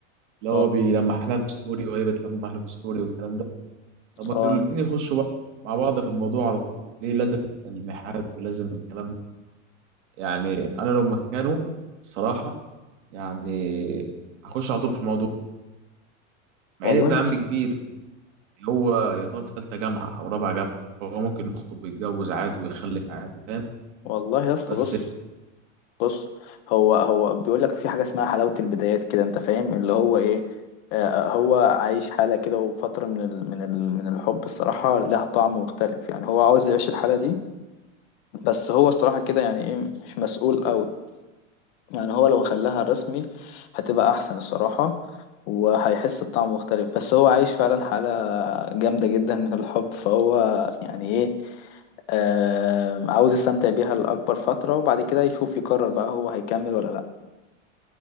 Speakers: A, on the right; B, on the left.
A: اللي هو
B: اه
A: بيلمح لها في ستوري وهي بتلمح له في ستوري والكلام ده طب ما
B: اه
A: كانوا الاتنين يخشوا بقى مع بعض في الموضوع على طول ليه لازم الملمحات ولازم الكلام ده يعني انا لو مكانه الصراحه يعني هخش على طول في الموضوع مع
B: والله
A: ان ابن عمي
B: يا اسطى
A: كبير هو يطار في ثالثه جامعه او رابعه جامعه هو ممكن يخطب ويتجوز عادي ويخلف عادي فاهم
B: والله يا اسطى
A: بس
B: بص بص هو هو بيقول لك في حاجة اسمها حلاوة البدايات كده انت فاهم اللي هو ايه آه، آه، هو عايش حالة كده وفترة من ال من ال من الحب الصراحة لها طعم مختلف يعني هو عاوز يعيش الحالة دي بس هو الصراحة كده يعني ايه مش مسؤول قوي يعني هو لو خلاها رسمي هتبقى احسن الصراحة وهيحس بطعم مختلف بس هو عايش فعلا حالة جامدة جدا من الحب فهو يعني ايه آم، عاوز يستمتع بيها لأكبر فترة وبعد كده يشوف يقرر بقى هو هيكمل ولا لأ